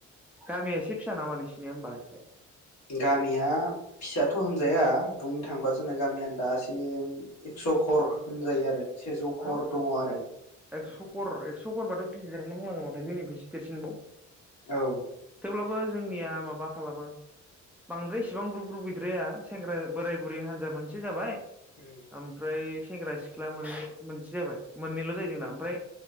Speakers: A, in the centre; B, on the left.
A: गामिया एसे फिसा नामा नोंसिनिया होनबा एसे
B: गामिया फिसाथ' होनजाया बुंनो थाङोबा जोंना गामिया दासिम एक्स' घर होनजायो आरो सेजौ
A: हाब
B: घर दङ आरो
A: एक्स' घर एक्स' घरबाथ' गिदिरानो बुंनांगोन माथो जोंनिफ्रायसे देरसिनबाव।
B: औ
A: थेवब्लाबो जोंनिया माबा खालामो बांद्राय इसेबां ग्रुप ग्रुप गैद्राया सेंग्रा बोराय बुरै हान्जा मोनसे जाबाय
B: उम
A: ओमफ्राय सेंग्रा सिख्ला मोननै मोनसे जाबाय मोननैल' जायो जोंना ओमफ्राय